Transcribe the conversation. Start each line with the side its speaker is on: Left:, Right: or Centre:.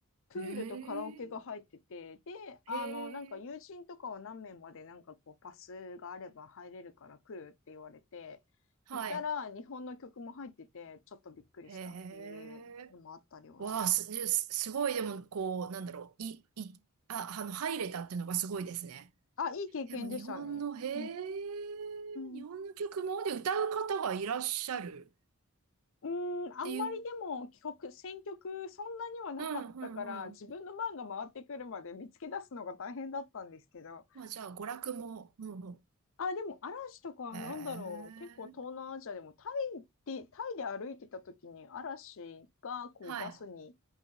Left: プールとカラオケが入ってて、
Right: へえ。
Left: で、あの、
Right: へ
Left: なんか友人とかは何名までなんかこうパスがあれば入れるから来るって言われて、
Right: え。はい。
Left: 行ったら日本の曲も入ってて、ちょっとびっくりしたっていうのもあったりはしたな。
Right: へえ。わあ、す、すすごい、でも、こう、なんだろう、い、い、あ、あの、入れたっていうのがすごいですね。
Left: あ、いい経験でしたね。
Right: でも、日本の、へえ、
Left: うん。
Right: 日本の曲も、
Left: うん。
Right: で、歌う方がいらっしゃる
Left: うん、
Right: っていう、
Left: あんまりでも帰国、選曲そんなにはなかったから、
Right: うん、うん、
Left: 自分の番が回ってくるまで見つけ出すのが大変だったんですけど、
Right: うん。まあ、じゃあ、娯楽も、うん、うん。
Left: あ、でも嵐とかはなんだろう。
Right: へえ、
Left: 結構東南アジアでもタイで、タイで歩いてた時に嵐がこうバスに
Right: はい。